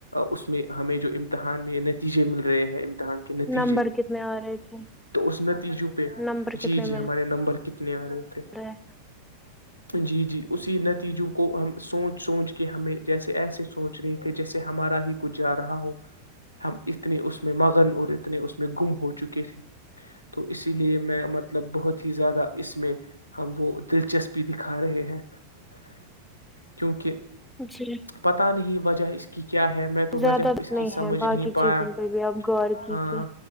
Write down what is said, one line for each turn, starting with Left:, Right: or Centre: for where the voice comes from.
Left: اس میں ہمیں جو امتحان میں نتیجے مل رہے ہیں امتحان کے نتیجے
Centre: نمبر کتنے آ رہے تھے
Left: تو اس نتیجوں پہ
Centre: نمبر کتنے
Left: جی جی
Centre: مل
Left: ہمارے نمبر کتنے آ رہے تھے
Centre: رہے
Left: جی جی اسی نتیجوں کو ہم سوچ سوچ کے ہمیں جیسے ایسے سوچ رہے تھے جیسے ہمارا ہی کچھ جا رہا ہو ہم اتنے اس میں مگن اور اتنے اس میں گم ہو چکے تھے تو اسی لیے میں ما مطلب بہت ہی زیادہ اس میں ہم وہ دلچسپی دکھا رہے ہیں کیونکہ
Centre: جی
Left: پتا نہیں وجہ اس کی کیا ہے میں تو وجہ
Centre: زیادہ
Left: اس
Centre: نہیں
Left: کی سمجھ
Centre: ہے باقی
Left: نہیں پایا
Centre: چیزوں پہ بھی آپ غور کیجیے
Left: ہاں